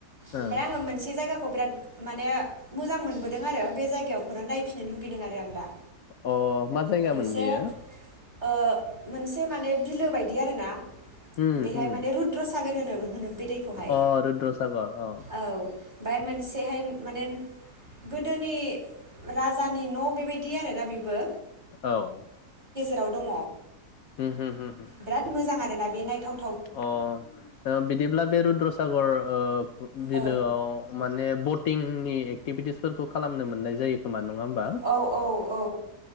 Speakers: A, on the right (about 25°); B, on the left (about 70°).
A: ओमफ्राय
B: ओं
A: आङो मोनसे जायगा खौ बिराद माने मोजां नुबोदों आरो बे जायगायावखौनोदा नायफिननो लुगैदों आरो आं दा
B: अ मा जायगामोन
A: मोनसे
B: बियो?
A: ओ मोनसे माने बिलो बायदि आरोना
B: उम
A: बेहाय
B: उम
A: माने रुद्र सागोर होनो होनो बे दैखौहाय
B: अ रुद्रसागर अ
A: ओ बाय मोनसेहाय माने गोदोनि राजानि न' बेबायदि आरोना बेबो
B: औ
A: दाउ दङ
B: उम हो हो हो हो
A: बिराद मोजां आरोना बे नायथाव
B: अ ओ बिदिब्ला बे रुद्रसागर सागर ओ बिलोआव
A: औ
B: माने ब थिंनि एक्टिभिटिसफोरखौ खालामनो मोननाय जायो खोमा न' नङा होनबा अ
A: औ औ औ